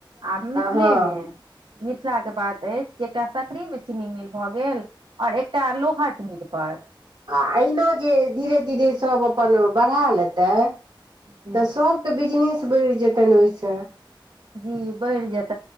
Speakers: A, on the right; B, on the right.
A: आ मिथिले
B: हँ
A: मे मिथिला के बात अछि ऐकटा सकरी मे चीनी मिल भए गेल और एकटा लोहाट मिल पर
B: आ अहिना जे धीरे धीरे सभ अपन बढ़ा लेतै
A: जी
B: तऽ सभके बिजनेस बढ़ि जेतन ओहिसँ
A: जी बैढ़ जेत